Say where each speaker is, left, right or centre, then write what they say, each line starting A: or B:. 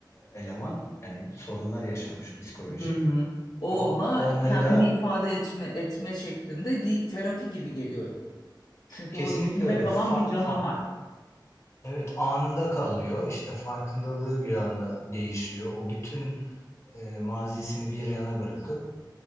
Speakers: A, on the left; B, on the left.
A: eleman. Yani sorunlar yaşamış psikolojik.
B: Hı hı. O
A: O
B: ona
A: onları
B: kendini
A: da
B: ifade etme, etme şeklinde bir terapi gibi geliyor. Çünkü
A: kesinlikle
B: o içinde
A: öyle
B: kalan
A: fa,
B: bir
A: fa-
B: canavar.
A: Evet anında kalıyor. İşte farkındalığı bir anda değişiyor. O bütün e, mazisini bir yana bırakıp